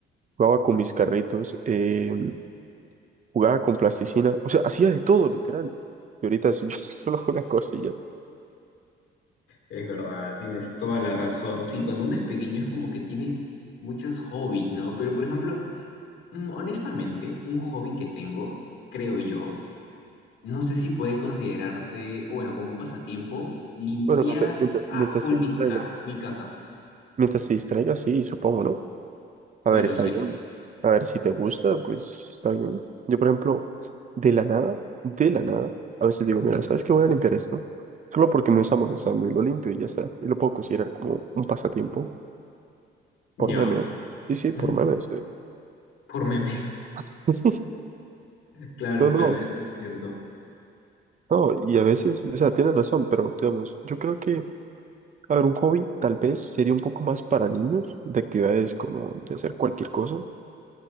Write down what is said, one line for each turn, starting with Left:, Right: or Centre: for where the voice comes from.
Right: jugaba con mis carritos, eh, jugaba con plasticina, o sea, hacía de todo, literal. Y ahorita so- <laughs> yo solo hago una cosilla.
Left: Es verdad, tienes toda la razón. Sí, cuando uno es pequeño es como que tiene muchos hobbies, ¿no? Pero, por ejemplo, mm, honestamente, un hobby que tengo, creo yo, no sé si puede considerarse, o bueno, como un pasatiempo, limpiar
Right: Bueno, mientras, mientras,
Left: a
Right: mientras
Left: full
Right: se
Left: mi
Right: distraiga,
Left: carro, mi casa.
Right: mientras se distraiga, sí, supongo, ¿no? A
Left: Bueno,
Right: ver, está
Left: sí,
Right: bien.
Left: pues.
Right: A ver, si te gusta, pues está bien. Yo, por ejemplo, de la nada, de la nada, a veces digo, mira, ¿sabes qué? Voy a limpiar esto. Solo porque me está molestando y lo limpio y ya está. Y lo puedo considerar como un pasatiempo.
Left: Ya,
Right: Por meme. Sí, sí, por
Left: <laughs>
Right: meme, sí.
Left: por meme.
Right: <laughs>
Left: Claro,
Right: No, no.
Left: claro, es es cierto.
Right: No, y a veces, o sea, tienes razón, pero digamos, yo creo que, a ver, un hobby tal vez sería un poco más para niños, de actividades como de hacer cualquier cosa,